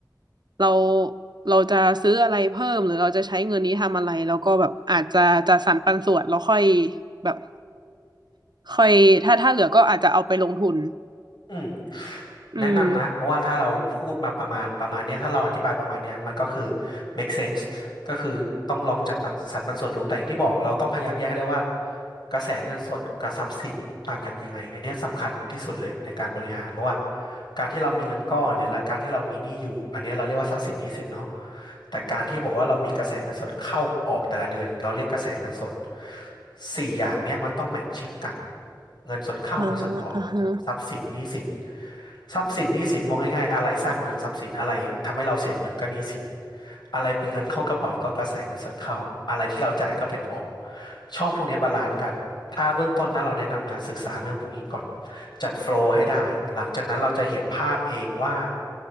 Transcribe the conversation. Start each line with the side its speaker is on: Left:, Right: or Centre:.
Right: เราเราจะซื้ออะไรเพิ่มหรือเราจะใช้เงินนี้ทำอะไรแล้วก็แบบอาจจะจะสรรปันส่วนแล้วค่อยแบบค่อยถ้าถ้าเหลือก็อาจจะเอาไปลงทุน
Left: อืม
Right: อืม
Left: แนะนำนะเพราะว่าถ้าเราพูดมาประมาณประมาณเนี้ยถ้าเราอธิบายประมาณเนี้ยมันก็คือ make sense ก็คือต้องลองจัดปันสรรปันส่วนดูแต่อย่างที่บอกเราต้องพยายามแยกให้ได้ว่ากระแสเงินสดกับทรัพย์สินต่างกันยังไงอันเนี้ยสำคัญที่สุดเลยในการบริหารเพราะว่าการที่เรามีเงินก้อนหรือละการที่เรามีหนี้อยู่อันเนี้ยเราเรียกว่าทรัพย์สินหนี้สินเนาะแต่การที่บอกว่าเรามีกระแสเงินสดเข้าออกแต่ละเดือนเราเรียกกระแสเงินสดสี่อย่างเนี้ยมันต้องแมทชิ่งกันเงินสดเข้าเงินสดออกทรัพย์สินหนี้สิน
Right: อ่าอ่าฮะ
Left: ทรัพย์สินหนี้สินมองง่ายๆอะไรสร้างเงินทรัพย์สินอะไรทำให้เราเสียเงินก็หนี้สินอะไรเป็นเงินเข้ากระเป๋าก็กระแสเงินสดเข้าอะไรที่เราจ่ายก็เป็นออกช่องพวกนี้บาลานซ์กันถ้าเบื้องต้นนะเราแนะนำนะศึกษาเรื่องพวกนี้ก่อนจัดโฟลว์ให้ได้หลังจากนั้นเราจะเห็นภาพเองว่า